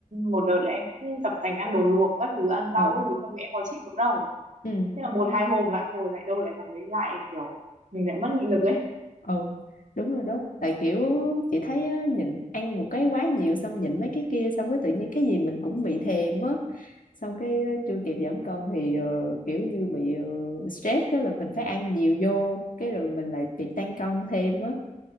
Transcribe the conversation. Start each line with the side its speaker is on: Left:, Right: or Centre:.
Right: một đợt là em cũng tập tành ăn đồ luộc các thứ ăn rau
Left: ờ
Right: các thứ mà mẹ có chịu được đâu.
Left: ừ
Right: Thế là một hai hôm lại hồi lại đâu lại vào đấy lại kiểu mình lại mất nghị lực ấy.
Left: ừ đúng rồi đó tại kiểu chị thấy á, nhịn ăn một cái quá nhiều xong nhịn mấy cái kia xong cái tự nhiên cái gì mình cũng bị thèm á xong cái ờ, chưa kịp giảm cân thì ờ, kiểu như bị ờ, stress cái là mình phải ăn nhiều vô cái rồi mình lại bị tăng cân thêm á